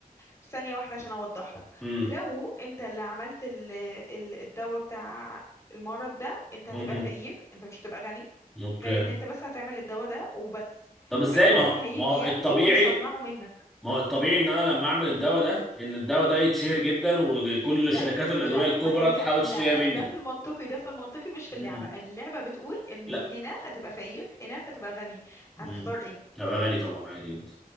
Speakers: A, on the left; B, in the centre.
A: في ثانية واحدة عشان أوضح لك
B: امم
A: لو أنت اللي عملت ال- ال- الدواء بتاع المرض ده أنت هتبقى
B: أمم.
A: فقير أنت مش هتبقى غني
B: اوكي
A: غير ان انت بس هتعمل الدواء ده وبس
B: طب ازاي
A: وحد
B: ما
A: تاني
B: هو
A: هيجي
B: ما هو
A: ياخده
B: الطبيعي
A: ويصنعه منك
B: ما هو الطبيعي ان انا لما اعمل الدواء ده ان الدواء ده يتشهر جدا وكل
A: لا
B: شركات الادويه
A: لا
B: الكبرى
A: ما هي
B: تحاول
A: لا
B: تشتريها
A: لا
B: مني
A: ده في المنطقي ده في المنطقي مش في
B: امم
A: اللعبة اللعبة بتقول ان
B: لا
A: هنا هتبقى فقير هنا هتبقى غني هتختار
B: امم
A: ايه
B: هبقى غني طبعا عادي جدا